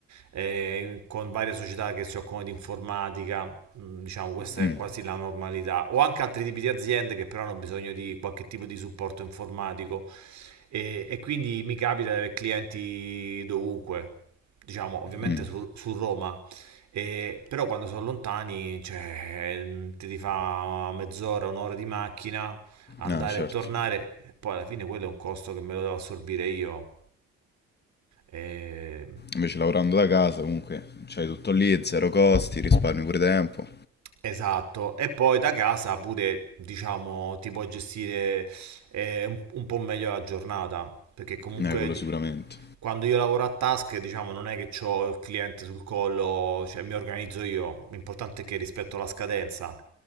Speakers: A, on the right; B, on the left.
A: eh, con varie società che si occupano di informatica mh, diciamo questa
B: Mm.
A: è quasi la normalità, o anche altri tipi di aziende che però hanno bisogno di qualche tipo di supporto informatico e, e quindi mi capita di avere clienti dovunque, diciamo ovviamente
B: Mm.
A: su, su Roma. E- però quando sono lontani, cioè, mh, ti ti fa mezz'ora, un'ora di macchina, andare
B: Ah, certo.
A: e tornare, e poi alla fine quello è un costo che me lo devo assorbire io. E-
B: Invece lavorando da casa comunque c'hai tutto lì, zero costi, risparmi pure tempo.
A: Esatto, e poi da casa pure, diciamo, ti puoi gestire eh, un, un po' meglio la giornata, perché comunque
B: Eh, quello
A: di-
B: sicuramente.
A: quando io lavoro a task, diciamo, non è che ho il cliente sul collo, cioè mi organizzo io, l'importante è che rispetto la scadenza,